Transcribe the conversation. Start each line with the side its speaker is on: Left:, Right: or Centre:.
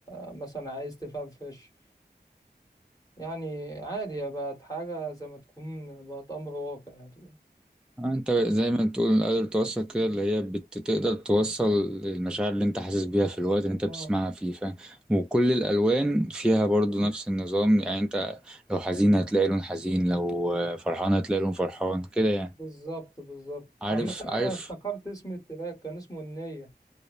Left: مثلا عايز تفرفش يعني عادي هي بقت حاجة زي ما تكون بقت امر واقع يعني
Centre: آه، انت زي ما تقول قادر توصل كده اللي هي بتقدر توصل المشاعر اللي انت حاسس بيها في الوقت اللي انت
Left: اه
Centre: بتسمعها فيه فاهم وكل الالوان فيها برضو نفس النظام يعني انت لو حزين هتلاقي لون حزين لو آه، فرحان هتلاقي لون فرحان كده يعني
Left: بالظبط بالظبط
Centre: عارف
Left: عامة
Centre: عارف
Left: انا افتكرت اسم التراك كان اسمه النية